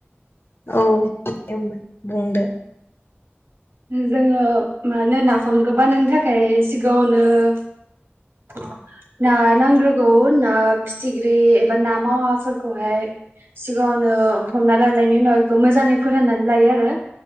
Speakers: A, on the left; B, on the right.
A: औ दे होमबा बुंदो
B: जोङो मा होनो नाफामखौ बानायनो थाखाय सिगाङावनो ना नांग्रोगौ ना फिथिख्रि एबा ना मावाफोरखौहाय सिगाङावनो हमना लानायनि उनाव बेखौ मोजाङै फोराननानै लायो आरो